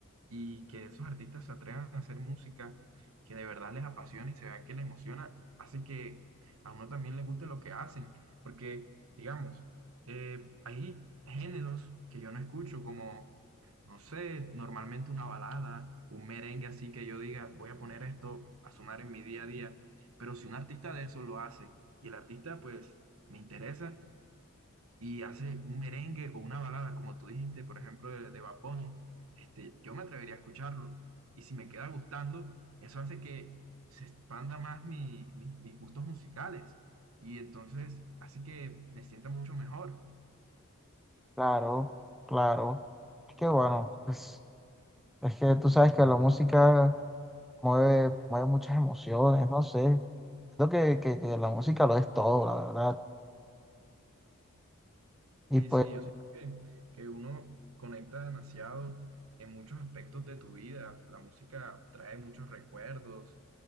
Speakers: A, on the right; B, in the centre.
A: y que esos artistas se atrevan a hacer música que de verdad les apasiona y se vea que les emociona, hace que a uno también le guste lo que hacen, porque, digamos, eh, hay géneros que yo no escucho como, no sé, normalmente una balada, un merengue así que yo diga, voy a poner esto a sonar en mi día a día, pero si un artista de eso lo hace y el artista pues me interesa y hace un merengue o una balada, como tú dijiste, por ejemplo, de, de Bad Bunny, este, yo me atrevería a escucharlo. Y si me queda gustando, eso hace que se expanda más mi- mi- mis gustos musicales. Y entonces hace que me sienta mucho mejor.
B: Claro, claro, es que bueno, pues, es que tú sabes que la música mueve, mueve muchas emociones, no sé. Creo que, que, que la música lo es todo, la verdad. Y
A: Sí,
B: pues,
A: sí, yo siento que, que uno conecta demasiado en muchos aspectos de tu vida. La música trae muchos recuerdos.